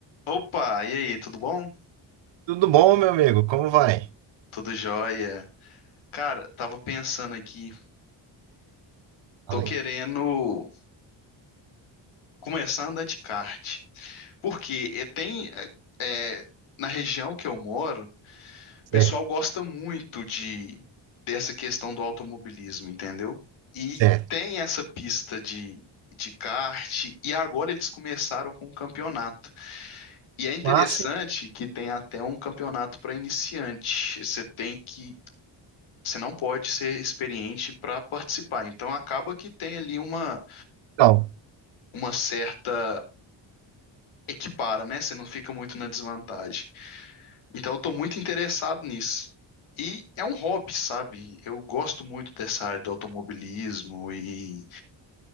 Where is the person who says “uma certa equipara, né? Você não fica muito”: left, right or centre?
Left